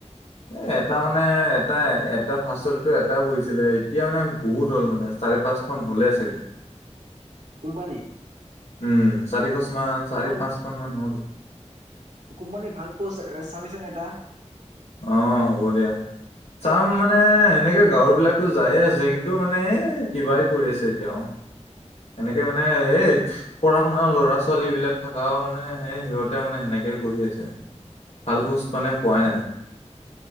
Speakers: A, on the left; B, on the right.
A: এ, এটা মানে এটাই এটা ফাষ্টত এটো এটা বহিছিলে এই তিয়া মানে বহুত হ'ল মানে চাৰি পাঁচখন হ'লেই চাগে।
B: কোম্পানী
A: উম চাৰিশচ মাহ
B: কোম্পানী
A: চাৰি পাঁচখন মান হ'ল।
B: কোম্পানী ভাল পচ এ, চাবিচোন এটা।
A: অ', হ'ব দিয়া। চাম মানে, এনেকে গাঁৱৰ বিলাকটো যায়ে আছে, কিন্তু মানে এ কিবাই কৰি আছে তেওঁ। এনেকে মানে এই পঢ়া শুনা ল'ৰা- ছোৱালী বিলাক থকাও মানে, সেই সিহঁতে মানে সেনেকে কৰি আছে। ভাল পোষ্ট মানে পোৱাই নাই।